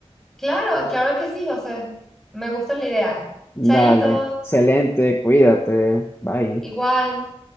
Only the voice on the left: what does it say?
Dale,
excelente, cuídate, bye.